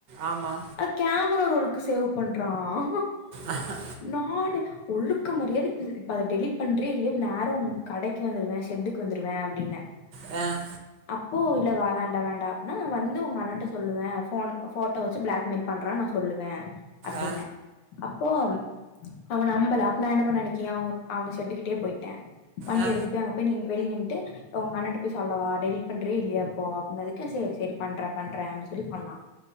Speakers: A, on the right; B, on the left.
A: ஆமா
B: அது கேமரா ரோள்க்கு சேவ் பண்றான்
A: ஆஹா
B: நானு ஒழுக்கு மரியாதியா இப் அத இப்ப அத டெலிட் பண்றிய் இல்லயா நேரா உன் கடைக்கு வந்துருவ ஷெட்டுக்கு வந்துருவ அப்டின்ன
A: ஆ
B: அப்போ இல்ல வேண்டாடா வேண்டா அப்னா வந்து உங்க அண்ணன்ட்ட சொல்லுவ ஃபோன் ஃபோட்டோ வச்சு பிளாக்மெய்ல் பண்றான் நான் சொல்லுவே அப்டின்ன
A: ஆ,
B: அப்போ அவுன் அவன் நம்பல அப் நான் என்ன பண்ண அன்னிக்கி அவ்ங்க அவ்ங்க ஷெட்டுக்கிட்டுயே போய் ட்ட வண்டி
A: ஆ,
B: எடுத்துட் போய் அங்க போய் நின் வெளிய நின்ட்டு ஒங் அண்ணன்ட்ட போய் சொல்லவா டெலிட் பண்றியா இல்லயா இப்போ அப்புனதுக்கு சேரி சேரி பண்ற பண்ற அப்டி சொல்லி பண்ணான்